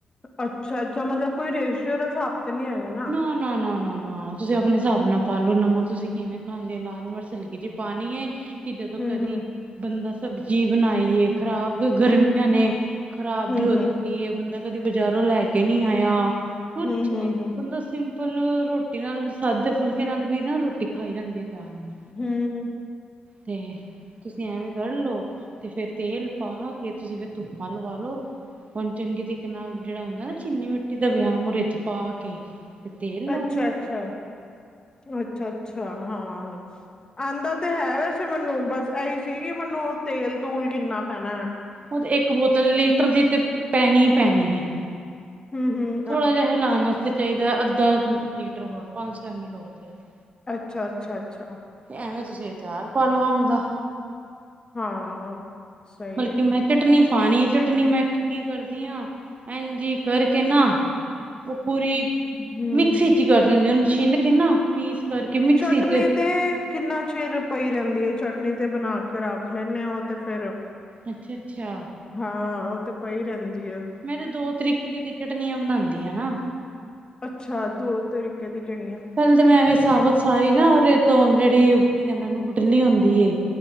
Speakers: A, on the left; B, on the right.
A: ਅੱਛਾ - ਅੱਛਾ, ਮਤਲਬ ਕੋਈ ਰੇਸ਼ਓ ਦਾ ਹਿਸਾਬ ਤੇ ਨੀ ਹੈਗਾ ਨਾ?
B: ਨਾ, ਨਾ, ਨਾ, ਨਾ, ਨਾ। ਤੁਸੀਂ ਆਪਣੇ ਹਿਸਾਬ ਨਾਲ ਪਾ ਲਓ। ਨਮਕ ਤੁਸੀਂ ਕਿਵੇਂ ਖਾਂਦੇ ਹੋ? ਲਾਲ ਮਰਚ ਹਲਕੀ ਜਿਹੀ ਪਾਣੀ ਏ। ਕਿ ਜਦੋਂ
A: ਹਮ
B: ਕਦੀ, ਬੰਦਾ ਸਬਜ਼ੀ ਬਣਾਈਏ ਖ਼ਰਾਬ
A: ਹਮ
B: ਗਰਮੀਆਂ ਨੇ, ਖ਼ਰਾਬ
A: ਹਮ
B: ਵੀ ਹੋ ਜਾਂਦੀ ਏ। ਬੰਦਾ ਕਦੀ ਬਜਾਰੋ ਲੈ ਕੇ ਨਹੀਂ ਆਇਆ। ਕੁੱਛ
A: ਹਮ ਹਮ ਹਮ
B: ਵੇ
A: ਹਮ
B: ਜਦੋਂ ਸਿੰਪਲ ਰੋਟੀ ਨਾਲ, ਸਾਦੇ ਫੁਲਕੇ ਨਾਲ ਵੀ ਨਾ, ਰੋਟੀ ਖਾਈ ਜਾਂਦੀ ਹੈ ਚਾਅ ਨਾਲ।
A: ਹੂੰ-ਹੂੰ
B: ਤੇ ਤੁਸੀਂ ਐਵੇਂ ਤਲ ਲਓ, ਤੇ ਫਿਰ ਤੇਲ ਪਾ ਕੇ ਤੁਸੀਂ ਫਿਰ ਧੁੱਪਾ ਲਵਾ ਲੋ। ਹੁਣ ਚੰਗੇ ਤਰੀਕੇ ਨਾਲ ਜਿਹੜਾ ਹੁੰਦਾ ਨਾ ਚੀਨੀ ਮਿੱਟੀ ਦਾ ਵਿਆਹ ਮੁਹਰੇ ਚ ਪਾ ਕੇ ਤੇ ਤੇਲ ਲਾਉਣ
A: ਅੱਛਾ-ਅੱਛਾ। ਅੱਛਾ-ਅੱਛਾ ਹਾਂ, ਆਂਦਾ ਤੇ ਹੈ ਵੈਸੇ ਮੈਨੂੰ ਬਸ ਇਹੀ ਸੀ ਕਿ ਮੈਨੂੰ ਤੇਲ - ਤੂਲ ਕਿੰਨਾ ਪੈਣਾ।
B: ਉਹ ਤੇ ਇੱਕ ਬੋਤਲ ਲੀਟਰ ਦੀ ਤੇ ਪੈਣੀ ਹੀ ਪੈਣੀ ਐ।
A: ਹੂੰ, ਹੂੰ।
B: ਥੋੜ੍ਹਾ ਜਿਹਾ ਹੈਲਾਨਾ ਤਾਂ ਚਾਹੀਦਾ, ਅੱਧਾ ਲੀਟਰ ਹੋਰ, ਪੰਜ ਸੌ ਐਮ, ਐਲ, ਹੋ ਚਾਹੀਦਾ।
A: ਅੱਛਾ -ਅੱਛਾ- ਅੱਛਾ।
B: ਐਵੇਂ ਤੁਸੀਂ ਅਚਾਰ ਪਾ ਲਓ ਅੰਬ ਦਾ।
A: ਹਾਂ ਸਹੀ
B: ਬਲਕਿ
A: ਹੈ
B: ਮੈਂ ਚਟਨੀ ਪਾਣੀ ਏ, ਚਟਨੀ ਮੈਂ ਕੀ ਕਰਦੀ ਆ, ਐੰਜ ਈ ਕਰਕੇ ਨਾ ਉਹ ਪੂਰੀ
A: ਹਮ
B: ਮਿਕਸੀ 'ਚ ਹੀ ਕਰ ਦਿੰਦੇ ਐ। ਉਹਨੂੰ ਛਿੱਲ ਕੇ ਨਾ, ਪੀਸ ਕਰਕੇ, ਮਿਕਸੀ
A: ਚਟਨੀ
B: 'ਚ
A: ਤੇ ਕਿੰਨ੍ਹਾ ਚਿਰ ਪਈ ਰਹਿੰਦੀ ਹੈ ਚਟਨੀ? ਤੇ ਬਣਾ ਕੇ ਰੱਖ ਲੈਂਨੇ ਆ ਉਹ, ਤੇ ਫਿਰ
B: ਅੱਛਾ - ਅੱਛਾ।
A: ਹਾਂ ਉਹ ਤਾਂ ਪਈ ਰਹਿੰਦੀ ਆ
B: ਮੈਂ ਤੇ ਦੋ ਤਰੀਕੇ ਦੀ ਚਟਨੀਆਂ ਬਣਾਉਂਦੀ ਆ ਨਾ।
A: ਅੱਛਾ ਦੋ ਤਰੀਕੇ ਦੀ ਕੇੜੀਆ।
B: ਪੈਲੇ ਤੇ ਮੈਂ ਐਵੈ ਈ ਸਾਬਤ ਸਾਰੀ ਨਾ <unintelligible> ਓਦੇ ਤੋ, ਜੇੜੀ ਕੀ ਕੈਂਦੇ ਓਨੂੰ ਗੁਟਲੀ ਓਂਦੀ ਏ,